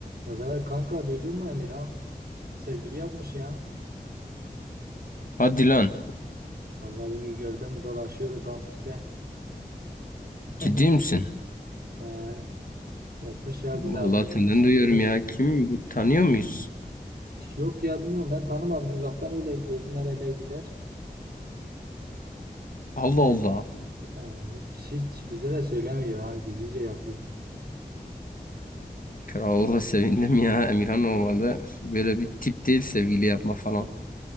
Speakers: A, on the right; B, on the left.
A: Ya Valla kanka duydun mu Emirhan? Sevgili yapmış ya.
B: Hadi lan.
A: Vallahi bugün gördüm dolaşıyordu kampüste. <laughs>
B: Ciddi misin?
A: Ee, yapmış ya
B: Vallahi
A: bize haber
B: senden
A: hiç
B: duyuyorum
A: bize de
B: ya. Kim bu tanıyor muyuz?
A: yok ya bilmiyorum ben tanımadım uzaktan öyle gördüm el eleydiler.
B: Allah
A: Evet.
B: Allah.
A: Ee, e, hiç, hiç bize de söylemiyor ha gizlice yapıyor.
B: Kral'a sevindim ya. Emirhan olmalı. Böyle bir tip değil sevgili yapma falan.